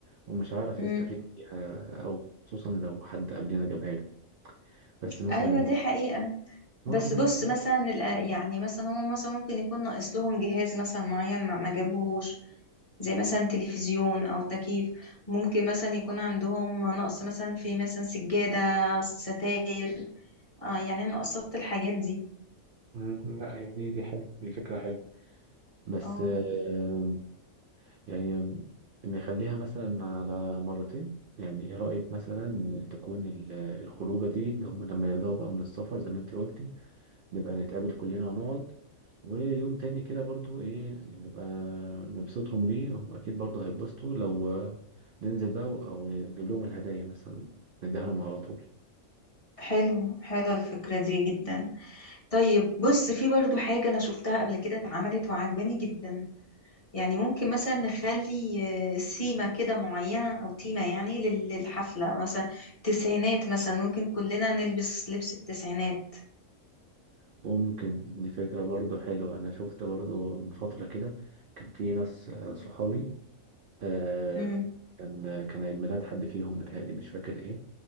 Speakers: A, on the right; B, on the left.
A: ومش هيعرف
B: امم
A: يستفيد آه، أو خصوصا لو حد قبلنا جابها له بس مثلا
B: ايوه دي حقيقة بس
A: آه ممكن
B: بص مثلا الأ- يعني مثلا هم مثلا ممكن يكون ناقص لهم جهاز مثلا معين ما ما جابوهوش زي مثلا تلفزيون او تكييف ممكن مثلا يكون عندهم نقص مثلا في مثلا سجادة ستاير اه يعني انا قصدت الحاجات دي
A: مم، لا هي دي دي حلوة دي فكرة حلوة بس
B: اه
A: آه، يعني نخليها مثلا على مرتين يعني ايه رأيك مثلا تكون ال- الخروجة دي اللي هم لما يرجعوا بقى من السفر زي ما انت قلتي نبقى نتقابل كلنا ونقعد ويوم تاني كده برضو ايه نبقى نبسطهم بيه واكيد برضو هيتبسطوا لو آه، ننزل بقى او نجيب لهم الهدايا مثلا نديها لهم على طول
B: حلو حلو الفكرة دي جدا طيب بص في برضو حاجة انا شفتها قبل كده اتعملت وعجباني جدا يعني ممكن مثلا نخلي آه، سيمة كده معينة أو تيمة يعني لل- للحفلة مثلا تسعينات مثلا ممكن كلنا نلبس لبس التسعينات
A: ممكن دي فكرة برضو حلوة أنا شفت برضو من فترة كده كان في ناس آه، صحابي آه،
B: امم
A: كان كان عيد ميلاد حد فيهم بتهيألي مش فاكر إيه